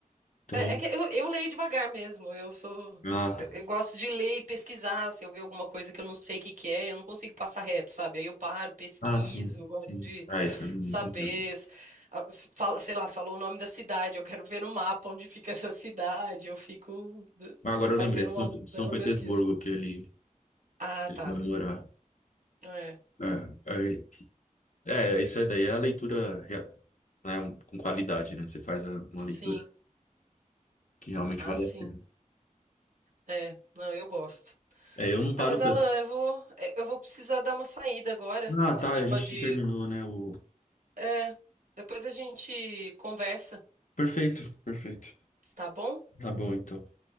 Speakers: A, on the left; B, on the right.
A: Então.
B: É, é que eu, eu leio devagar mesmo. Eu sou,
A: Ah, tá.
B: eu gosto de ler e pesquisar. Se eu ver alguma coisa que eu não sei o que que é, eu não consigo passar reto, sabe? Aí eu paro, pesquiso.
A: Ah, sim,
B: Eu gosto
A: sim.
B: de
A: Ah, isso é muito
B: saber,
A: legal.
B: s- a- s- fala- sei lá, falou o nome da cidade, eu quero ver no mapa onde fica essa cidade, eu fico d-
A: Mas agora eu
B: fazendo
A: lembrei, São,
B: uma bela
A: São Petersburgo
B: pesquisa.
A: que ele,
B: Ah,
A: ele
B: tá.
A: vai morar.
B: É,
A: É, é, é, isso aí daí é a leitura, rea- né, com qualidade, né? Você faz a- uma
B: sim.
A: leitura que realmente
B: Ah,
A: vale
B: sim.
A: a pena.
B: É, não, eu gosto.
A: É, eu não paro
B: Ah, mas
A: tanto.
B: Alan, eu vou, é, eu vou precisar dar uma saída agora.
A: Ah,
B: A
A: tá,
B: gente
A: a
B: pode,
A: gente terminou, né? O...
B: é, depois a gente conversa,
A: Perfeito, perfeito.
B: tá bom?
A: Tá bom, então.